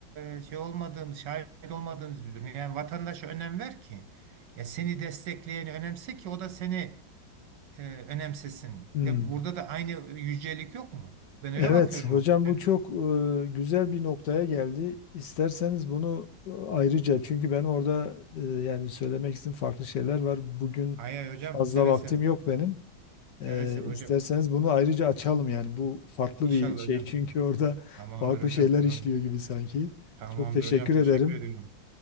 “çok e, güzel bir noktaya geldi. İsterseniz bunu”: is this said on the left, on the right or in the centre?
Left